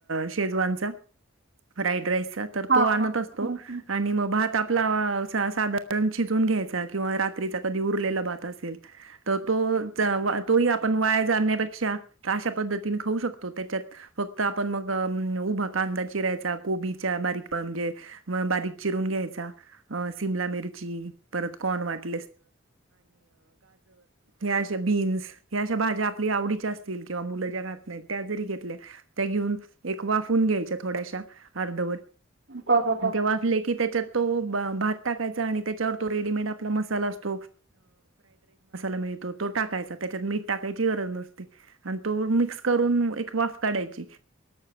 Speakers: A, on the right (about 80°); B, on the right (about 60°).
A: शेजचा फ्राड राईस
B: हां
A: तो आणत
B: हां हं,
A: असतो
B: हं.
A: ग भात आपला साधारण चिजून घ्यायचा किंवा रात्रीचा कधी उरलेला भात असेल तर तो तोही आपण वाया जाण्यापेक्षा अशा पद्धतीने खाऊ शकतो त्याच्यात फक्त आपण मग उभा कांदा चिरायचा कोबीच्या बारीक म्हणजे बारीक चून घ्यायम मि पर क वाट जरश बीन्स ह्या अशा भाज्या आपल्या आवडीच्या असतील किंवा मुलं ज्या घात नाहीत त्या जरी घेतल्या घेऊन एक वाून घ्याय थोड्याश अर्व
B: बरोबर
A: वा त भ टा त्याो रेे आप म अस्राड म ो टाय त्याच्यात मी टाकायची गरज नसते आणि तो म्स करून एक वाफ काढा छे